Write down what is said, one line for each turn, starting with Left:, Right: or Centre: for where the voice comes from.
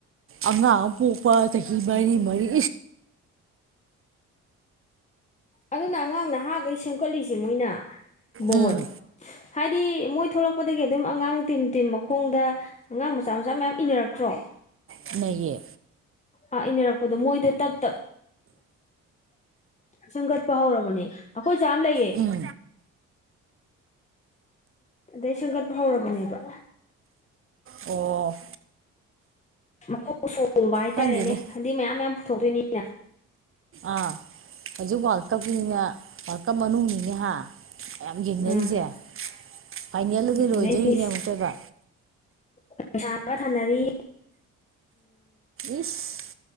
Right: ꯑꯉꯥꯡ ꯄꯣꯛꯄ ꯆꯍꯤ ꯃꯔꯤ ꯃꯔꯤ
Left: ꯑꯗꯨꯅ ꯑꯉꯥꯡ ꯅꯍꯥꯟꯈꯩ ꯁꯦꯝꯒꯠꯂꯤꯁꯦ ꯃꯣꯏꯅ ꯕꯣꯟ
Right: ꯎꯝ
Left: ꯍꯥꯏꯗꯤ ꯃꯣꯏ ꯊꯣꯛꯂꯛꯄꯗꯒꯤ ꯑꯗꯨꯝ ꯑꯉꯥꯡ ꯇꯤꯝ ꯇꯤꯝ ꯃꯈꯣꯡꯗ ꯑꯉꯥꯡ ꯃꯆꯥ ꯃꯆꯥ ꯃꯌꯥꯝ ꯏꯅꯔꯛꯇ꯭ꯔꯣ
Right: ꯏꯟꯅꯩꯌꯦ
Left: ꯑꯥ ꯏꯟꯅꯔꯛꯄꯗꯣ ꯃꯣꯏꯗ ꯇꯞ ꯇꯞ ꯁꯦꯝꯒꯠꯄ ꯍꯧꯔꯕꯅꯦ ꯑꯩꯈꯣꯏ ꯆꯥ ꯑꯃ ꯂꯩꯌꯦ
Right: ꯎꯝ
Left: ꯑꯗꯩ ꯁꯦꯝꯒꯠꯄ ꯍꯧꯔꯕꯅꯦꯕ
Right: ꯑꯣ
Left: ꯃꯈꯀꯣꯡ ꯁꯣꯡꯕ ꯍꯥꯏꯇꯥꯔꯦꯅꯦ
Right: ꯈꯪꯗꯦꯅꯦ
Left: ꯑꯗꯨ ꯃꯌꯥꯝ ꯃꯌꯥꯝ ꯄꯨꯊꯣꯛꯇꯣꯏꯅꯤꯅ
Right: ꯑꯥ ꯍꯧꯖꯤꯛ ꯋꯥꯔꯜ ꯀꯞꯀꯤꯅꯤꯅꯦ ꯋꯥꯔꯜ ꯀꯞ ꯃꯅꯨꯡꯅꯤꯅꯦ ꯍꯥ ꯌꯥꯝꯌꯥꯝ ꯌꯦꯡꯅꯔꯤꯁꯦ
Left: ꯎꯝ
Right: ꯐꯥꯏꯅꯦꯜ ꯑꯗꯨꯗꯤ
Left: ꯌꯦꯡꯗꯣꯏꯅꯤ
Right: ꯂꯣꯏꯗꯣꯔꯤꯅꯦ ꯑꯃꯨꯛꯇꯣꯏꯕ
Left: ꯄꯩꯁꯥꯒ ꯊꯅꯔꯤ
Right: ꯏꯁ